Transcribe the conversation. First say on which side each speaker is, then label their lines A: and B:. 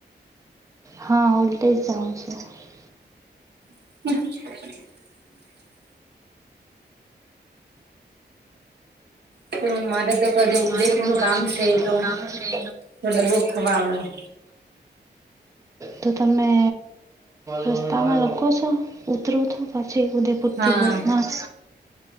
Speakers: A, on the right; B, on the right.
A: હા વલ્ટેજ જઉ છે <unintelligible>
B: મ <inaudible> તો મારે તો કદી
A: હા
B: ઉદયપુર નું કામ છે તો
A: <inaudible> કામ છે.
B: તો ડબ્બોક ખવા આવે
A: તો તમે રસ્તામાં રાખો છો, ઉતરો પાછી ઉદેપુરથી
B: હા
A: બસ માં,